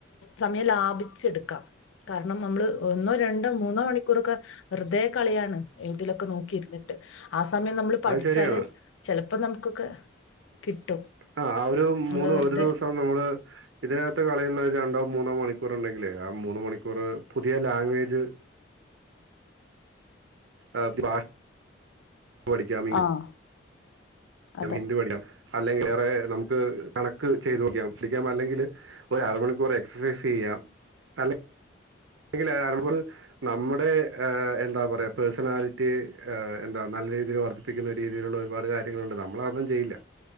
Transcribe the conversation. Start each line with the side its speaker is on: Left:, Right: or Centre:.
Left: സമയം ലാഭിച്ചെടുക്കാം കാരണം നമ്മൾ ഒന്നോ രണ്ടോ മൂന്നോ മണിക്കൂറൊക്കെ വെറുതെ കളിയാണ് ഇതിലൊക്കെ നോക്കിയിരുന്നിട്ട് ആ സമയം നമ്മൾ പഠിച്ചാല്
Right: അത് ശരിയാണ്
Left: ചെലപ്പോ നമുക്കൊക്കെ കിട്ടും
Right: ആഹ് ആ ഒരു
Left: നമ്മള്
Right: മൂന്ന്
Left: വെറുതെ
Right: ഒരു ദിവസം നമ്മള് ഇതിനകത്ത് കളിയുന്ന രണ്ടോ മൂന്നാം മണിക്കൂർ ഉണ്ടെങ്കിലേ ആ മൂന്ന മണിക്കൂർ പുതിയ ലാംഗ്വേജ് ആഹ് ബാഷ് പഠിക്കാമീ
Left: ആഹ്
Right: <unintelligible>
Left: അതെ
Right: അല്ലെങ്കിൽ വേറെ നമുക്ക് കണക്ക് ചെയ്ത് <unintelligible> അല്ലെങ്കിൽ ഒരു അര മണിക്കൂർ എക്സസൈസ് ചെയ്യാം അല്ലെ <unintelligible> നമ്മുടെ എന്താ പറയാ പേഴ്സണാലിറ്റി എന്താ നല്ല രീതിയിൽ വർദ്ധിപ്പിക്കുന്ന രീതിയിലുള്ള ഒരുപാട് കാര്യങ്ങളുണ്ട് നമ്മള തൊന്നും ചെയ്യില്ല